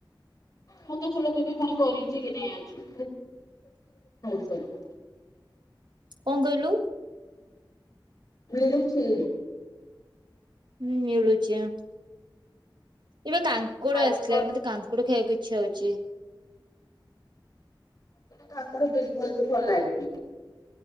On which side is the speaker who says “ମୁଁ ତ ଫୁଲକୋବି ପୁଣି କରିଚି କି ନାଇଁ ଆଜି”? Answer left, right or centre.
Left